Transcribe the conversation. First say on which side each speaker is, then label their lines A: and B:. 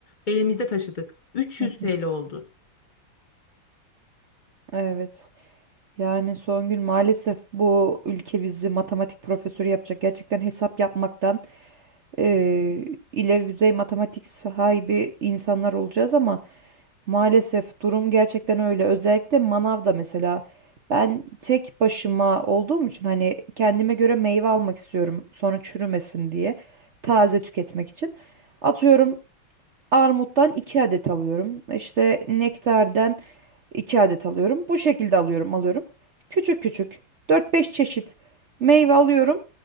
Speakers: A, on the left; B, on the right.
A: Elimizde taşıdık. 300
B: Hı
A: TL
B: hı,
A: oldu.
B: evet. Yani Songül maalesef bu ülke bizi matematik profesörü yapacak. Gerçekten hesap yapmaktan eee, ileri düzey matematik sahibi insanlar olacağız ama maalesef durum gerçekten öyle. Özellikle manavda mesela ben tek başıma olduğum için hani kendime göre meyve almak istiyorum sonra çürümesin diye taze tüketmek için. Atıyorum armuttan 2 adet alıyorum. İşte nektardan 2 adet alıyorum. Bu şekilde alıyorum, alıyorum. Küçük küçük dört beş çeşit meyve alıyorum.